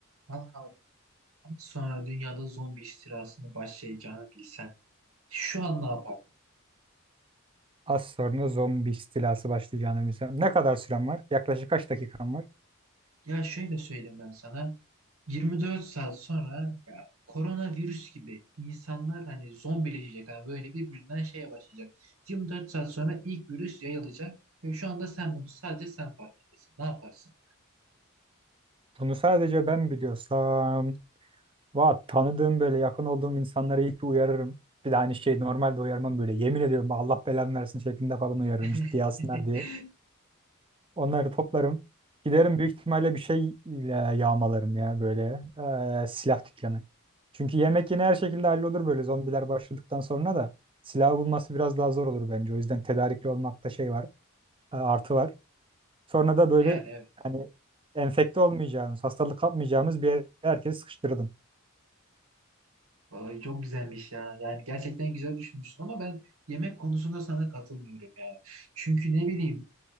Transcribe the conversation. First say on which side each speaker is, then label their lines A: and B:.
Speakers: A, on the right (about 80°); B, on the right (about 25°).
A: Kanka az sonra dünyada zombi istilasını başlayacağını bilsen şu an ne yapardın?
B: Az sonra zombi istilası başlayacağını bilsem. Ne kadar sürem var? Yaklaşık kaç dakikam var?
A: Ya şöyle söyleyeyim ben sana 24 saat sonra ya koronavirüs gibi insanlar hani zombileşecek hani böyle birbirinden şeye başlayacak. 24 saat sonra ilk virüs yayılacak ve şu anda sen bunu sadece sen farkındasın. Ne yaparsın?
B: Bunu sadece ben biliyorsam. Va tanıdığım böyle yakın olduğum insanlara ilk bir uyarırım. Bir de aynı şey normalde uyarmam böyle. Yemin ediyorum bak Allah belamı versin şeklinde falan uyarırım
A: <laughs>
B: ciddiye alsınlar diye. Onları toplarım. Giderim büyük ihtimalle bir şeyle yağmalarım ya böyle eee, silah dükkanı. Çünkü yemek yine her şekilde hallolur böyle zombiler başladıktan sonra da. Silah bulması biraz daha zor olur bence. O yüzden tedarikli olmakta şey var, e, artı var. Sonra da böyle
A: Yani evet.
B: hani enfekte olmayacağımız, hastalık kapmayacağımız bir yere herkesi sıkıştırdım.
A: Vallahi çok güzelmiş ya. Yani gerçekten güzel düşünmüşsün ama ben yemek konusunda sana katılmıyorum ya. Çünkü ne bileyim